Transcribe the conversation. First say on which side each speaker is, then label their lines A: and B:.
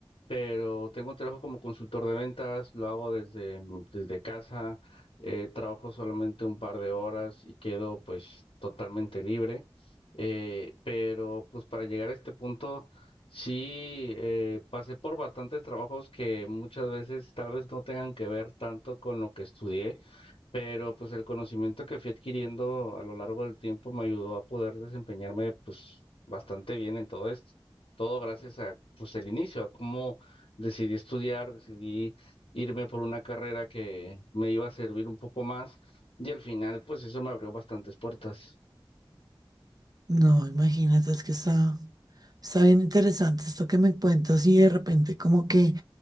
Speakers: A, on the left; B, on the right.
A: pero tengo un trabajo como consultor de ventas, lo hago desde, mm, desde casa, eh, trabajo solamente un par de horas y quedo pues totalmente libre, eh, pero pues para llegar a este punto... Sí, eh, pasé por bastantes trabajos que muchas veces tal vez no tengan que ver tanto con lo que estudié, pero pues el conocimiento que fui adquiriendo a lo largo del tiempo me ayudó a poder desempeñarme pues bastante bien en todo esto. Todo gracias a pues el inicio, a cómo decidí estudiar, decidí irme por una carrera que me iba a servir un poco más y al final pues eso me abrió bastantes puertas.
B: No, imagínate, es que está, está bien interesante esto que me cuentas y de repente como que